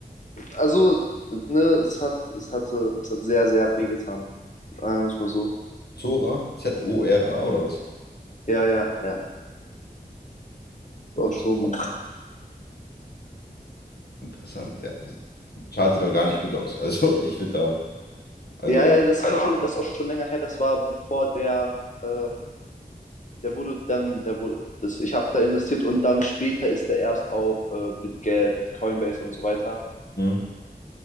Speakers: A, on the left; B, on the left.
A: Also, ne, es hat, es hatte, es hat sehr, sehr wehgetan, sagen wir es mal so.
B: Zora? Z-O-R-A oder was?
A: Ja, ja, ja, auch
B: Interes-
A: schon.
B: Interessant. Ja, das Chart sieht auch gar nicht gut aus. Also, <laughs> ich würde da. Also,
A: Ja, ja, das ist auch Also, schon, das ist auch schon länger her, das war bevor der, äh, der wurde dann, der wurde, das, ich habe da investiert und dann später ist der erst auf äh, BitGet, Coinbase und so weiter.
B: hm.